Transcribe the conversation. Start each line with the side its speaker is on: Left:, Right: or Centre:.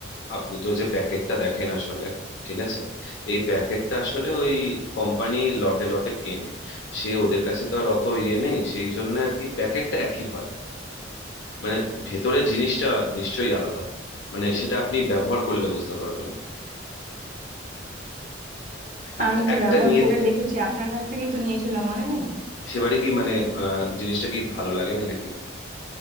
Left: আপনি তো যে প্যাকেটটা দেখেন আসলে ঠিক আছে এই প্যাকেটটা আসলে ওই কোম্পানি লটে লটে কেনে সে ওদের কাছে তো আর অত ইয়ে নেই সেই জন্য আর কি প্যাকেটটা একই হয় মানে ভেতরে জিনিসটা নিশ্চয়ই আলাদা মানে সেটা আপনি ব্যবহার করলে বুঝতে পারবেন একটা
Right: আমি তো
Left: একটা
Right: ব্যবহার
Left: নিয়ে
Right: করে
Left: দে-
Right: দেখেছি আপনার কাছ থেকেই তো নিয়েছিলাম মনে নেই
Left: সেবারে কি মানে আহ জিনিসটা কি ভালো লাগেনি নাকি